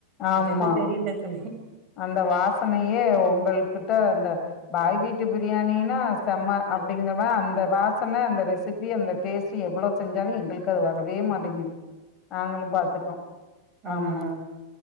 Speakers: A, on the left; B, on the right.
A: ஆமா
B: அது என்ன தெரியல தோழி
A: அந்த வாசனையே உங்களுக்கு கிட்ட அந்த பாய் வீட்டு பிரியாணினா செம்மை அப்படிங்கற மா அந்த வாசனை அந்த ரெசிபி அந்த டேஸ்ட்ட் எவ்வளவு செஞ்சாலும் எங்களுக்கு அது வரவே மாட்டேங்குது நாங்களும் பாத்துட்டோம்
B: ஆ
A: ஆமா